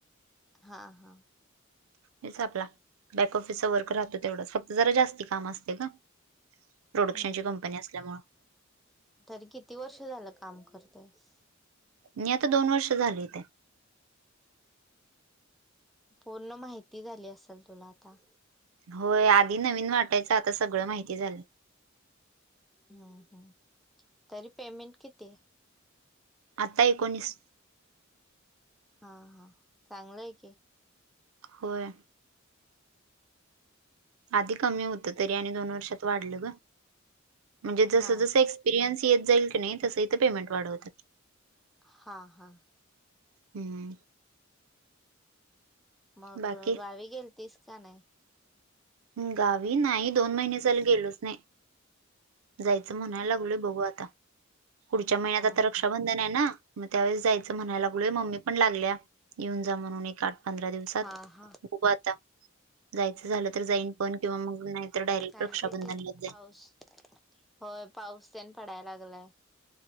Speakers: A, in the centre; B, on the right.
A: हां हा
B: हेच आपला बॅक ऑफिसचा वर्क राहतो तेवढाच फक्त जरा जास्ती - काम असते का प्रोडक्शनची
A: हम्म
B: कंपनी असल्यामुळे-
A: तरी किती वर्ष झालं काम करतेस?
B: मी आता दोन वर्ष झाली इथ आहे.
A: पूर्ण माहिती झाली असेल तुला आता.
B: होय आधी नवीन वाटायचं आता सगळं माहिती झालय.
A: हम्म हम् तरी पेमेंट किती आहे?
B: आता एकोणीस.
A: हा हा चांगलय की.
B: होय. आधी कमी होत तरी आणि दोन वर्षात वाढलं ग म्हणजे जस
A: हा
B: जस एक्स एक्पिरियनस येत जाईल कनी तस इथं पेमेंट वाढवत्यात.
A: हा हा
B: हम्म
A: मग
B: बाकी
A: गावी गेलतीस काय नाही?
B: गावी नाही दोन महिने झाल गेलोच नाही. जायचं म्हणाय लागलोय बघू आता. पुढच्या महिन्यात
A: हा
B: आता रक्षाबंधन
A: हा
B: आहे ना. मग त्यावेळेस जायचं म्हणायला लागलय मम्मी पण लागल्या येऊन जा म्हणून एक आठ पंधरा दिवस हो
A: हा हा
B: आता जायचं झालं तर जाईन. किंवा मग नाही तर डायरेक्ट
A: चालते
B: रक्षाबंधनला
A: की
B: जा
A: पाऊस होय पाऊस तेन पडाय लागलाय.